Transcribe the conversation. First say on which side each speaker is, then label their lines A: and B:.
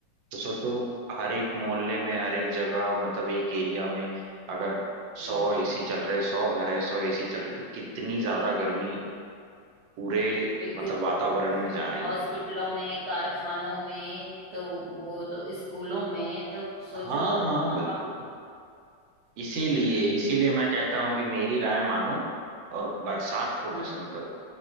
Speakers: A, on the right; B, on the right.
A: तो सोचो हर एक मोहल्ले में हर एक जगह मतलब एक एरिया में अगर
B: हम्म
A: सौ एसी चल रहे सौ घर हैं सौ एसी चल रहे तो कितनी ज्यादा गर्मी पूरे
B: बिल्कुल
A: मतलब वातावरण में जा रही
B: हॉस्पिटलों
A: है
B: में कारखानों में तो वो तो स्कूलों में तो सोचो
A: हाँ
B: तब
A: हाँ
B: वहां
A: बिल्कुल
B: बात
A: इसीलिए
B: हम्म
A: इसीलिए मैं कहता हूँ कि मेरी राय मानो और बरसात को
B: हम्म।
A: पसंद करो